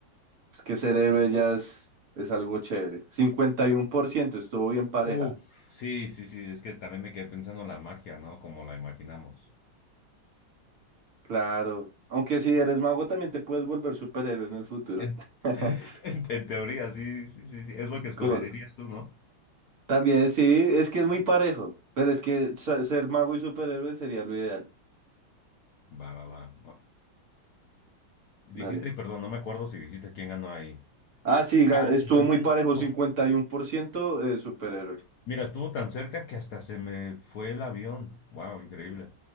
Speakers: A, on the right (about 50°); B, on the left (about 70°).
A: es que ser héroe ya es, es algo chévere. 51% estuvo bien pareja.
B: Uf, sí, sí, sí, es que también me quedé pensando en la magia, ¿no? Como la imaginamos.
A: Claro. Aunque si eres mago también te puedes volver superhéroe en el futuro.
B: En, <laughs>
A: <laughs>
B: en- en teoría, sí, sí, sí, sí, es lo que escogerías
A: Como-
B: tú, ¿no?
A: también sí, es que es muy parejo. Pero es que sa- ser mago y superhéroe sería lo ideal.
B: Va, va, va. va. Dijiste,
A: Dale.
B: perdón, no me acuerdo si dijiste quién ganó ahí.
A: Ah, sí, gan-
B: Ah, el 51.
A: estuvo muy parejo, 51% eh, superhéroe.
B: Mira, estuvo tan cerca que hasta se me fue el avión. Wow, increíble.